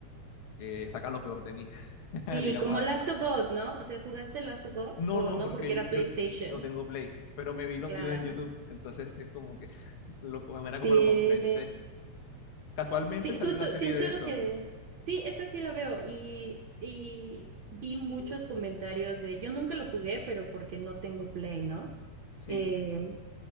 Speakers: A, on the left; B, on the right.
A: que sacan lo peor de mí, <laughs>
B: Sí,
A: digamos
B: como
A: así.
B: Last of Us, ¿no? O sea, ¿jugaste Last of Us
A: No,
B: o
A: no,
B: no?
A: porque
B: Porque era
A: yo, yo
B: PlayStation.
A: no tengo Play, pero me vi los
B: Claro.
A: videos en YouTube, entonces es como que <laughs> lo, de manera
B: Sí,
A: como lo compensé. Casualmente
B: sí,
A: salió
B: justo,
A: la serie
B: siento
A: de eso.
B: que sí, esa sí la veo y, y vi muchos comentarios de, yo nunca lo jugué, pero porque no tengo Play, ¿no?
A: sí.
B: Eh,